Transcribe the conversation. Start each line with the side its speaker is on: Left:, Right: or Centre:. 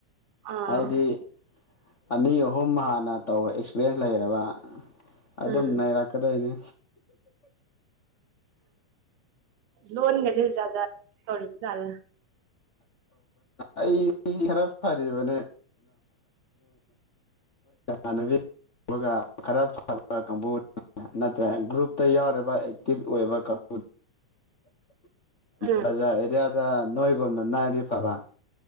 Right: ꯑꯥ
Left: ꯍꯥꯏꯗꯤ ꯑꯅꯤ ꯑꯍꯨꯝ ꯍꯥꯟꯅ ꯇꯧꯈ꯭ꯔꯦ ꯑꯦꯛꯁꯄꯤꯔꯤꯟꯁ ꯂꯩꯔꯕ ꯑꯗꯨꯝ
Right: ꯎꯝ
Left: ꯅꯔꯛꯀꯗꯣꯏꯅꯤ
Right: ꯂꯣꯟꯣꯟꯒꯦꯗꯖꯧ ꯆꯂ
Left: ꯑꯩ ꯈꯔ ꯐꯔꯤꯕꯅꯦ ꯏꯃꯥꯟꯅꯕꯤ ꯈꯔ ꯐꯕ ꯀꯥꯡꯕꯨ ꯅꯠꯇ꯭ꯔ ꯒ꯭ꯔꯨꯞꯇ ꯌꯥꯎꯔꯤꯕ ꯑꯦꯛꯇꯤꯚ ꯑꯣꯏꯕ ꯀꯥꯡ
Right: ꯎꯝ
Left: ꯕꯖꯥꯔ ꯑꯦꯔꯤꯌꯥꯗ ꯅꯣꯏꯒꯨꯝꯅ ꯅꯥꯏꯗꯤ ꯐꯕ